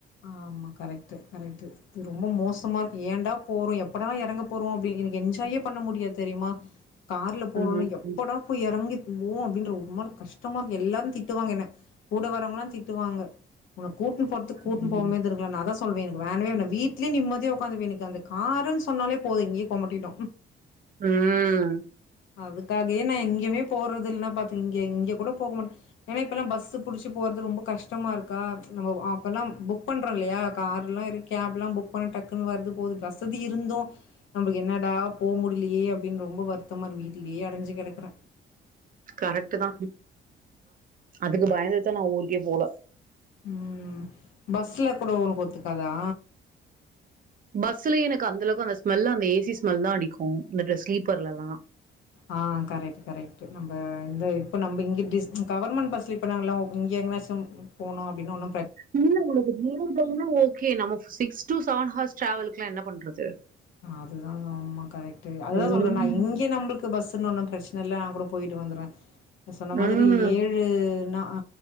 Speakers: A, on the left; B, on the right.
A: ஆமா கரெக்ட் கரெக்ட் இது ரொம்ப மோசமா இருக்கு ஏன்டா போறோ எப்படா எறங்க போறோ அப்டின் எனக்கு என்ஜாயே பண்ண முடியா தெரியுமா கார்ல போறோன
B: ம்
A: எப்படா போய் எறங்கி ஓ அப்படின்ற ஒரு மாரி கஷ்டமா இருக்கு எல்லாரும் திட்டுவாங்க என்ன கூட வர்வங்கல்லா திட்டுவாங்க உன்ன கூட்டுனு போறத்துக் கூட்டு
B: ம்
A: போவாமயே இருந்துருக்கலா நா அதா சொல்வ எனக்கு வேணவே வேணா வீட்லயே நிம்மதியா உக்காந்துகுவ எனக்கு அந்த காருன் சொன்னாலே போது இங்கே கொமடிடு
B: உம்
A: அதுக்காகே நா எங்கயுமே போ றது இல்லனா பாத்துக்க இங்க இங்க கூட போக மாட்ட என்ன இப்பல்லா பஸ்சூ புடிச்சு போறது ரொம்ப கஷ்டமா இருக்கா நம்ம அப்போல்லா புக் பண்ணறோ இல்லையா கார்லா இருக்க கேப் எல்லா புக் பண்ண டக்குன்னு வருது போது வசதி இருந்து நம்மக்கு என்னடா போ முடிலையே அப்படின்னு ரொம்ப வருத்தமா வீட்டுலேயே அடஞ்சு கடக்குற
B: கரெக்ட் தா அதுக்கு பயந்துதா நா ஊருக்கே போல
A: உம் பஸ்ல கூட உனக்கு ஒத்துக்காதா
B: பஸ்ல எனக்கு அந்த அளவுக்கு அந்த ஸ்மெல்ல அந்த ஏ சி ஸ்மெல் தா அடிக்கு இந்த ஸ்லீப்பர்லல்லா
A: ஆ கரெக்ட் கரக்ட் நம்ம இந்த இப்ப நம்ம இங்க கவர்மெண்ட் பஸ் இப்ப நாங்களா இங்க சம் போனோ அப்படின்னா ஒன்
B: இல்ல ஒரு மூணு ஹார் நா ஓகே நம்ம சிக்ஸ் டு செவன் ஹர்ஸ் டிரவல்கல்லா என்ன பண்றது
A: அதுதா சம்மா கரெக்ட் அதுதா
B: ம்
A: சொல்றல இங்க நம்மளுக்கு பஸ்ன்னு ஒண்ணு பிரச்சன இல்ல போயிட்டு வந்துருவ சொன்ன மாதிரி
B: ம்
A: ஏழு நா ஆ